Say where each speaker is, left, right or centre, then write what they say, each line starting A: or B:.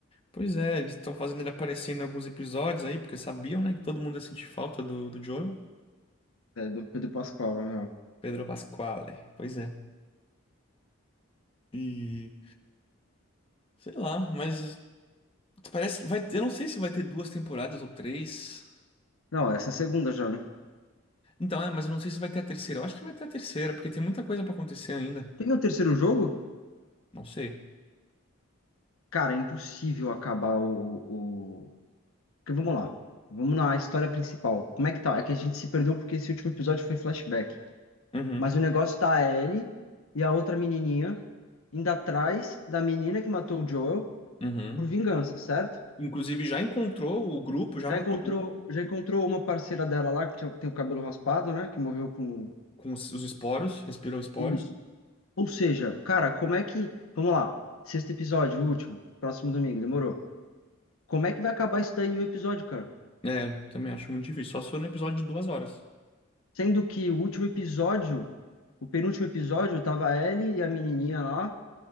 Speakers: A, on the left (about 25°); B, on the left (about 80°).
A: Pois é, eles estão fazendo ele aparecer em alguns episódios aí, porque sabiam, né, que todo mundo ia sentir falta do, do Joel.
B: É, do Pedro Pascal, na real.
A: Pedro Pasquale, pois é. E sei lá, mas parece que vai, eu não sei se vai ter duas temporadas ou três.
B: Não, essa é a segunda já, né?
A: Então, é, mas eu não sei se vai ter a terceira. Eu acho que vai ter a terceira, porque tem muita coisa pra acontecer ainda.
B: Tem o terceiro jogo?
A: Não sei.
B: Cara, é impossível acabar o, o... Porque vamos lá. Vamos na história principal. Como é que tá? É que a gente se perdeu porque esse último episódio foi flashback.
A: Uhum,
B: Mas o negócio tá a Ellie e a outra menininha indo atrás da menina que matou o Joel
A: uhum.
B: por vingança, certo?
A: Inclusive, já encontrou o grupo, já
B: Já
A: matou
B: encontrou,
A: um
B: já encontrou uma parceira dela lá que tinha- tem o cabelo raspado, né? Que morreu com
A: com os, os esporos, respirou esporos.
B: isso. Ou seja, cara, como é que, vamos lá, sexto episódio, último, próximo domingo, demorou. Como é que vai acabar isso daí em um episódio, cara?
A: É, também acho muito difícil. Só se for no episódio de duas horas.
B: Sendo que o último episódio, o penúltimo episódio, tava a Ellie e a menininha lá